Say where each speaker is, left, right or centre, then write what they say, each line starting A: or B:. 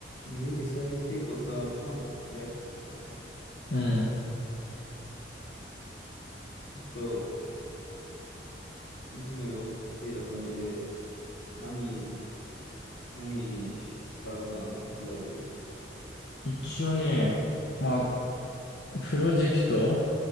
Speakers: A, on the left; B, on the left.
A: ゆうけ最近結構さ、パン焼いたん
B: うん。
A: ちょっと、いつもより多く稼いだお金で、何、何にし使おうかなと考えてる。
B: 一応ね、まあ、プロジェクト、